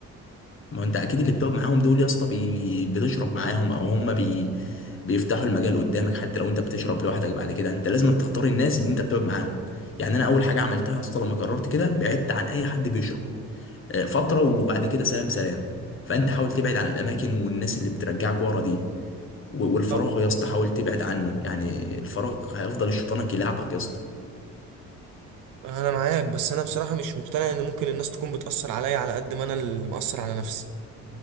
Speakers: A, on the left; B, on the right.
A: ما انت اكيد اللي بتقعد معاهم دول يا اسطى بي... بتشرب معاهم او هم بي... بيفتحوا المجال قدامك حتى لو انت بتشرب لوحدك بعد كده انت لازم تختار الناس اللي انت بتقعد معاهم يعني انا اول حاجه عملتها اصلا لما قررت كده بعدت عن اي حد بيشرب آه، فتره وبعد كده سلام سلام فانت حاول تبعد عن الاماكن والناس اللي بترجعك ورا دي و- والفراغ
B: آه،
A: يا اسطى حاول تبعد عنه يعني الفراغ هيفضل الشيطانك يلعبك يا اسطى
B: انا معاك بس انا بصراحه مش مقتنع ان ممكن الناس تكون بتاثر عليا على قد ما انا اللي مأثر على نفسي